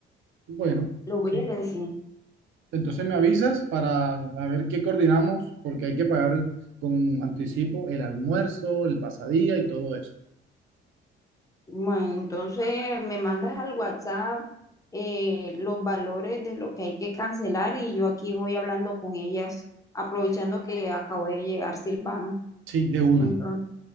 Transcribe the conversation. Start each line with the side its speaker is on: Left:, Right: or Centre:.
Right: Bueno,
Left: Lo voy
Right: sí.
Left: a decir.
Right: Entonces me avisas para a ver qué coordinamos, porque hay que pagar con anticipo el almuerzo, el pasadía y todo eso.
Left: Bueno, entonces me mandas al WhatsApp eh, los valores de lo que hay que cancelar y yo aquí voy hablando con ellas, aprovechando que acabo de llegar Silvana.
Right: Sí, de una.
Left: Entonces,